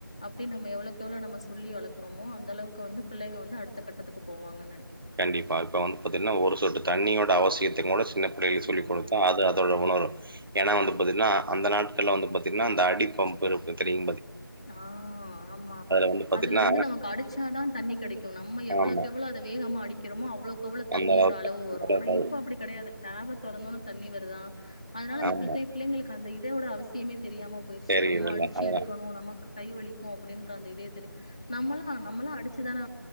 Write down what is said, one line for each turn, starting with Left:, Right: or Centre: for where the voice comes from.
Left: அப்டி நம்ம எவ்ளக் எவ்ள நம்ம சொல்லி வளக்குரமோ அந்தளவுக்கு வந்து பிள்ளைங்க வந்து அடுத்த கட்டத்துக்கு போவாங்க நினைக்கேன்
Right: கண்டிப்பா இப்ப வந்து பாத்தீங்னா ஒரு சொட்டு தண்ணியோட அவசியத்த கூட சின்ன பிள்ளைகளுக்கு சொல்லிக்
Left: ஆமா
Right: குடுத்தா அது அதோட உணரு ஏனா வந்து பாத்தீங்கனா அந்த நாட்கள்ல வந்து பாத்தீங்னா அந்த அடிபம்பு இருக்கு தெரியு
Left: ஆ ஆமா
Right: வந்து பாத்தீங்கன்னா
Left: அதுல வந்து நமக்கு அடுச்சாதா தண்ணி கிடைக்கு நம்ம எவ்ளக்
Right: ஆமா.
Left: எவ்ள அத வேகமா மாடிக்கிறமோ அவ்ளோக்கு அவ்ளோ தண்ணியோட
Right: அந்த அளவுக்கு
Left: அளவு வரு ஆனா இப்ப அப்டி கெடையாது டேப தொறந்தோன தண்ணி வருதா அதனால அந்த
Right: ஆமா.
Left: பிள்ளை பிள்ளைங்களுக்கு அந்த இது மழையோட அவசியமே தெரியாம போயிருச்சு
Right: தெரியுதுல்ல.
Left: நம்ம அடிச்சு
Right: அதெல்லாம்
Left: எடுக்கணு நம்ம நமக்கு கை வலிக்கு அப்டின்ற அந்த இதே தெரியு நம்மளா நம்மளா அடுச்சுதான